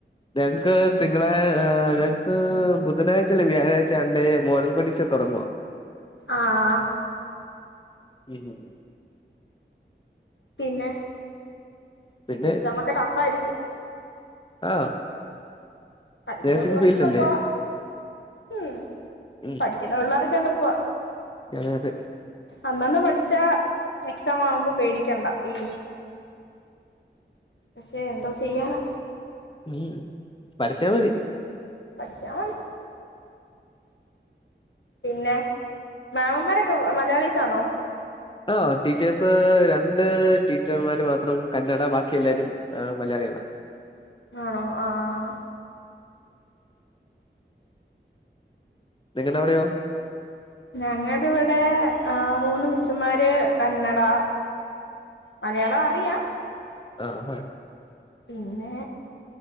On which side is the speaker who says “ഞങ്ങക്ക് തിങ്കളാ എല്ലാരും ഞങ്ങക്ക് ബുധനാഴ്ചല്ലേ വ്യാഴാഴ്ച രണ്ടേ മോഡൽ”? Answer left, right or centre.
Left